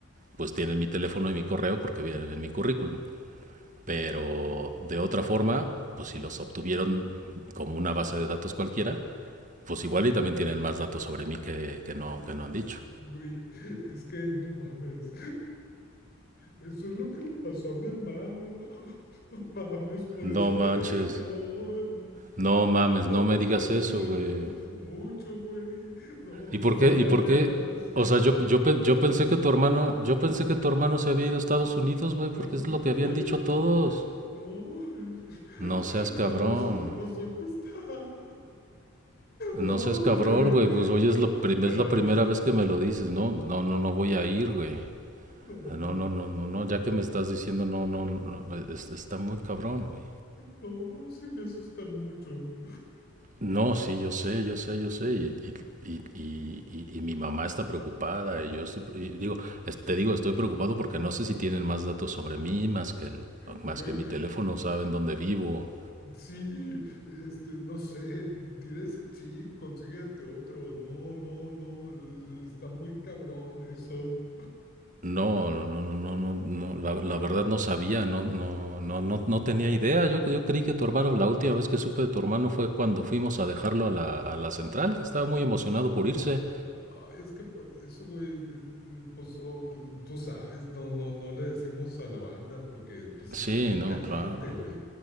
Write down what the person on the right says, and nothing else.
pues tienen mi teléfono y mi correo porque vienen en mi currículum. Pero de otra forma, pues si los obtuvieron como una base de datos cualquiera, pues igual y también tienen más datos sobre mí que, que no, que no han dicho.
No
manches,
no mames,
no me
digas
eso,
güey.
¿Y
por
qué? ¿Y por qué? O sea, yo, yo, yo pensé que tu hermano, yo pensé que tu hermano se había ido a Estados Unidos, güey,
porque es lo que
habían dicho todos.
No seas cabrón.
No seas cabrón,
güey. Pues hoy
es la,
prim- es la primera vez que me lo dices. No, no, no, no voy a ir, güey.
No, no, no, no, no, ya que me estás diciendo, no, no, no, es- está muy cabrón, güey.
No, sí, yo sé, yo sé, yo sé, y, y- y- y- y- y mi mamá está preocupada, y yo estoy- y digo, es- te digo, estoy preocupado porque no sé si tienen más datos sobre mí, más que, el-
más que mi teléfono, saben dónde vivo.
No, no, no, no, no, no, no, la, la verdad no sabía, no, no, no, no, no tenía idea. Yo, yo creí que tu hermano, la última vez que supe de tu hermano fue cuando fuimos a dejarlo a la, a la central, que estaba muy emocionado por irse.
Sí,
no,
claro,